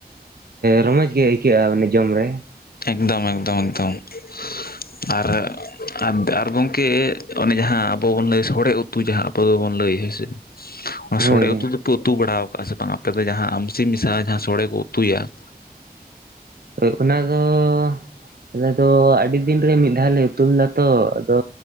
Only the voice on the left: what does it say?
ᱮᱠᱫᱚᱢ ᱮᱠᱫᱚᱢ ᱮᱠᱫᱚᱢ ᱾ ᱟᱨᱼᱼ ᱟᱨ ᱟᱨ ᱜᱚᱝᱠᱮ ᱚᱱᱮ ᱡᱟᱦᱟᱸ ᱟᱵᱚ ᱵᱚᱱ ᱞᱟᱹᱭ ᱥᱳᱲᱮ ᱩᱛᱩ ᱡᱟᱦᱟᱸ ᱟᱵᱚ ᱫᱚᱵᱚᱱ ᱞᱟᱹᱭ ᱦᱮᱸ ᱥᱮ ᱾ ᱚᱱᱟ
ᱥᱳᱲᱮ ᱩᱛᱩ ᱫᱚᱯᱮ ᱩᱛᱩ ᱵᱟᱲᱟᱣ ᱠᱟᱜᱼᱟ ᱥᱮ ᱵᱟᱝ ᱟᱯᱮ ᱫᱚ? ᱡᱟᱦᱟᱸ ᱟᱢᱥᱤ ᱢᱮᱥᱟ ᱡᱟᱦᱟᱸ ᱥᱳᱲᱮ ᱠᱚ ᱩᱛᱩᱭᱟ ᱾